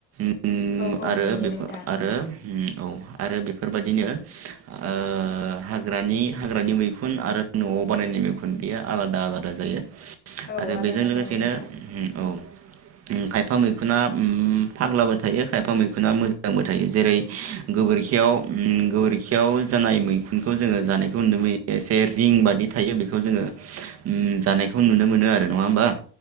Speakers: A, on the right (about 45°); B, on the left (about 30°).
A: ओम
B: औ औ
A: आरो
B: नुयो
A: बेखौ
B: नोंथां
A: आरो
B: उम
A: औ आरो बेख बेफोरबायदिनो ओ हाग्रानि हाग्रानि मैखुन आरो नआव बानायनाय मैखुन बे आलादा आलादा जायो।
B: औ
A: आरो
B: आलादा
A: बेजों लोगोसेनो
B: जायो नोंथां
A: उम औ उम खायफा मैखुना उम फाग्लाबो थायो खायफा मैखुना मोजांबो थायो जेरै गोबोरखियाव उम गोबोरखियाव जानाय मैखुनखौ जोङो जानायखौ नुनो मोनो एसे रिं बादि थायो बेखौ जोङो उम जानायखौ नुनो मोनो आरो नङा होमबा।